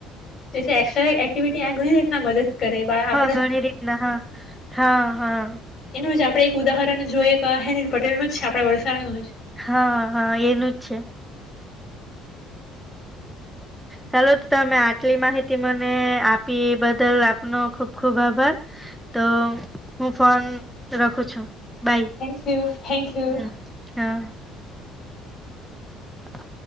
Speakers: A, on the left; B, in the centre.
A: તે એક્સ્ટ્રા એકટીવિટી આ ઘણી રીતના મદદ કરે બા હા
B: ઘણી રીતના હા હા હા
A: એનું આપણે એક ઉદાહરણ જોઈએ કે આ હેનીલ પટેલનું જ છે આપડા વલસાડ નું જ
B: હા હા એનું જ છે ચાલો તમે આટલી માહિતી મને આપી બદલ આપનો ખુબ ખુબ આભાર તો હું ફોન રખું છું bye
A: thank you thank you
B: હમ હા <inaudible>